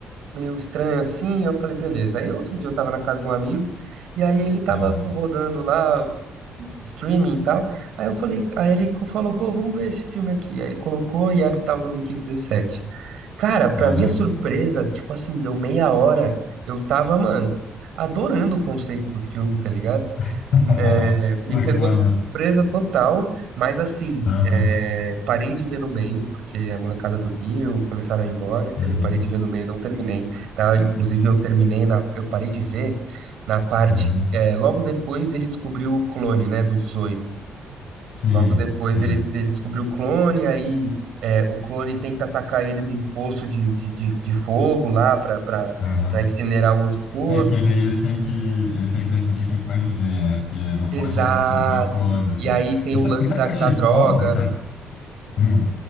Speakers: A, on the right; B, on the left.
A: meio estranho assim. Eu falei, beleza. Aí outro dia eu tava na casa de um amigo e aí ele tava
B: aham,
A: com- rodando lá um streaming e tal. Aí eu falei, aí ele co- falou, pô, vamos ver esse filme aqui. Aí ele colocou e era o tal do Mickey dezessete Cara, pra
B: aham.
A: minha surpresa, tipo assim, deu meia hora. Eu tava, mano, adorando o conceito do filme, tá ligado?
B: <laughs>
A: Hum, É, me
B: Pô,
A: pegou
B: que maneiro.
A: de surpresa total mas assim,
B: Aham,
A: é, parei de ver no meio, porque a molecada dormiu, começaram a ir embora, entendeu?
B: uhum,
A: Parei de ver no meio, não terminei, tá? Inclusive eu terminei na, eu parei de ver na parte,
B: uhum.
A: é, logo depois dele descobrir o clone, né, do 18.
B: Sei,
A: Logo depois
B: sei.
A: dele, dele descobrir o clone, aí é, o clone tenta atacar ele num poço de, de, de, de fogo lá pra, pra,
B: Aham.
A: pra incinerar o outro corpo.
B: Sim, é porque daí eles têm que, eles têm que decidir quem que vai viver, né? Porque não
A: Exato!
B: pode existir dois clones, assim.
A: E aí tem
B: E
A: o
B: sabe,
A: lance
B: e sabe
A: da,
B: o que eu
A: da
B: achei
A: droga.
B: foda, cara? Hum.